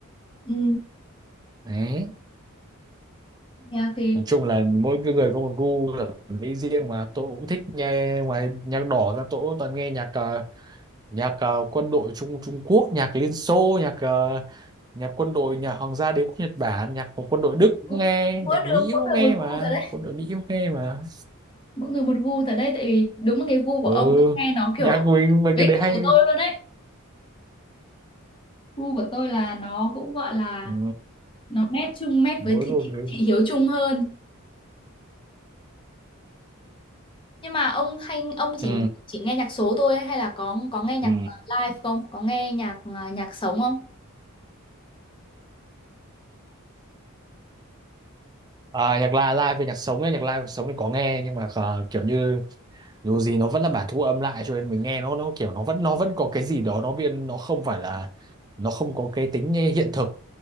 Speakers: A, on the left (about 25°); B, on the right (about 20°).
A: ừ,
B: đấy
A: nhạc thì
B: nói chung là mỗi cái người có một gu thẩm mỹ riêng mà tôi cũng thích nghe ngoài nhạc đỏ ra tôi cũng toàn nghe nhạc ờ, nhạc ờ, quân đội Trung Trung Quốc nhạc Liên Xô nhạc ờ, nhạc quân đội nhà Hoàng gia Đế quốc Nhật Bản nhạc của quân đội Đức cũng
A: cũng-
B: nghe
A: mỗi
B: nhạc
A: đường
B: Mỹ
A: mỗi
B: cũng nghe
A: người một
B: mà
A: gu rồi đấy
B: quân đội Mỹ cũng nghe mà
A: mỗi người một gu tại đây tại vì đúng là cái gu của
B: ừ
A: ông tôi nghe nó kiểu
B: nhạc của mình mấy
A: với
B: cái đấy
A: gu
B: hay
A: của tôi luôn đấy gu của tôi là nó cũng gọi là
B: ừ.
A: nó mét chung mét
B: mỗi
A: với thị,
B: một
A: thị,
B: cái
A: thị hiếu chung hơn Nhưng mà ông hay ông chỉ
B: ừ.
A: chỉ nghe nhạc số thôi hay là có có nghe nhạc
B: ừ.
A: ờ, live không? Có nghe nhạc ờ, nhạc sống không?
B: À, nhạc live live về nhạc sống ấy, nhạc live và sống thì có nghe nhưng mà ờ, kiểu như dù gì nó vẫn là bản thu âm lại cho nên mình nghe nó nó kiểu nó vẫn nó vẫn có cái gì đó nó biên nó không phải là nó không có cái tính hiện thực